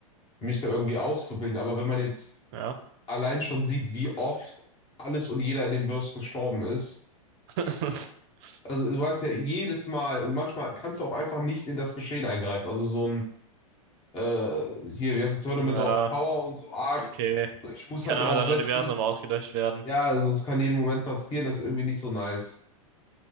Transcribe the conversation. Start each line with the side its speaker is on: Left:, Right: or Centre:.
Left: mich da irgendwie auszubilden. Aber wenn man jetzt
Right: ja.
Left: allein schon sieht, wie oft alles und jeder in dem Verse gestorben ist,
Right: <laughs>
Left: also du hast ja jedes Mal und manchmal kannst du auch einfach nicht in das Geschehen eingreifen. Also so ein äh, hier, wie heißt das Tournament
Right: Ja,
Left: of Power und so Arc
Right: okay.
Left: Ich muss
Right: Kann
Left: halt
Right: einfach
Left: drauf
Right: dein
Left: setzen.
Right: Universum ausgelöscht werden.
Left: Ja, also es kann jeden Moment passieren, das ist irgendwie nicht so nice.